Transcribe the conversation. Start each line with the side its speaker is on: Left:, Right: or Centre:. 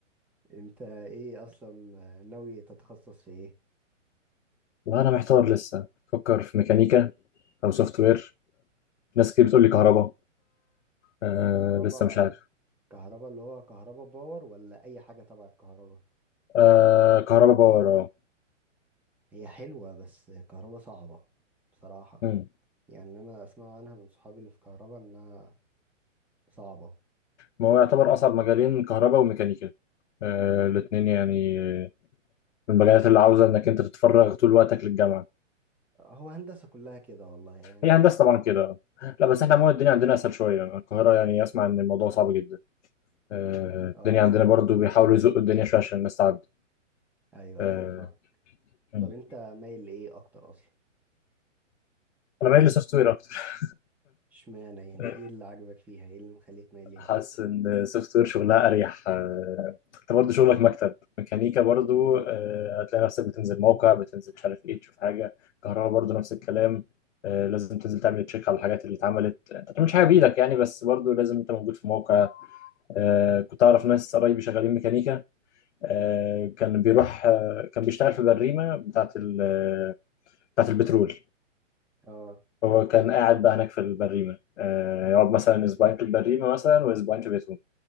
Centre: انت ايه اصلا ناوي تتخصص في ايه
Left: وانا محتار لسه بفكر في ميكانيكا او سوفت وير ناس كتير بتقول لي كهرباء آه
Centre: كهرباء
Left: لسه مش عارف
Centre: كهرباء اللي هو كهرباء باور ولا اي حاجة تبع الكهرباء
Left: آه كهرباء باور اه
Centre: هي حلوة بس كهرباء صعبة بصراحة
Left: مم.
Centre: يعني انا اسمع عنها من صحابي اللي في كهرباء انها صعبة
Left: ما هو يعتبر اصعب مجالين كهرباء وميكانيكا آه
Centre: مم.
Left: الاتنين يعني آه، من المجالات اللي عاوزه انك انت تتفرغ طول وقتك للجامعه
Centre: هو هندسة كلها كده والله يعني
Left: هي
Centre: ما-
Left: هندسه طبعا كده لا بس احنا عموما الدنيا عندنا اسهل شويه القاهره يعني اسمع ان الموضوع صعب جدا آه
Centre: اه
Left: الدنيا
Centre: بصراحة
Left: عندنا برضو بيحاولوا يزقوا الدنيا شويه عشان الناس تعدي
Centre: ايوه
Left: آه
Centre: ايوه فاهم
Left: مم.
Centre: طب انت مايل لايه اكتر اصلا
Left: انا مايل لسوفت وير اكتر
Centre: اشمعنى يعني
Left: <laughs>
Centre: ايه اللي عجبك فيها ايه اللي مخليك مايل ليها
Left: حاسس
Centre: اكتر
Left: ان سوفت وير شغلها اريح آه، انت برضه شغلك مكتب ميكانيكا برضه آه، هتلاقي نفسك بتنزل موقع بتنزل مش عارف ايه تشوف حاجه كهرباء برضه نفس الكلام آه، لازم تنزل تعمل تشيك على الحاجات اللي اتعملت انت ما بتعملش حاجه بايدك يعني بس برضه لازم انت موجود في موقع آه، كنت اعرف ناس قرايبي شغالين ميكانيكا آه،
Centre: مم.
Left: كان بيروح آه، كان بيشتغل في البريمه بتاعه ال- آه، بتاعه البترول
Centre: اه
Left: هو كان قاعد بقى هناك في البريمه آه، يقعد مثلا اسبوعين في البريمه مثلا واسبوعين في بيته